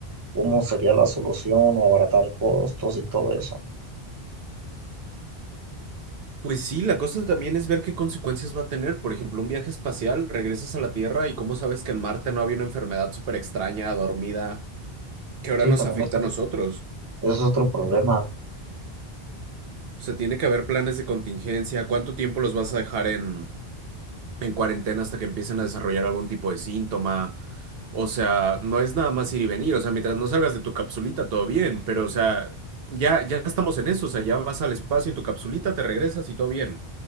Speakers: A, on the right; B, on the right.
A: cómo sería la solución o abaratar costos y todo eso.
B: Pues sí, la cosa también es ver qué consecuencias va a tener. Por ejemplo, un viaje espacial, regresas a la Tierra y cómo sabes que en Marte no había una enfermedad súper extraña, dormida, que ahora
A: Sí,
B: nos
A: también
B: afecta
A: eso,
B: a nosotros.
A: eso es otro problema.
B: O sea, tiene que haber planes de contingencia, cuánto tiempo los vas a dejar en, en cuarentena hasta que empiecen a desarrollar algún tipo de síntoma. O sea, no es nada más ir y venir. O sea, mientras no salgas de tu capsulita, todo bien. Pero, o sea, ya, ya estamos en eso. O sea, ya vas al espacio en tu capsulita, te regresas y todo bien.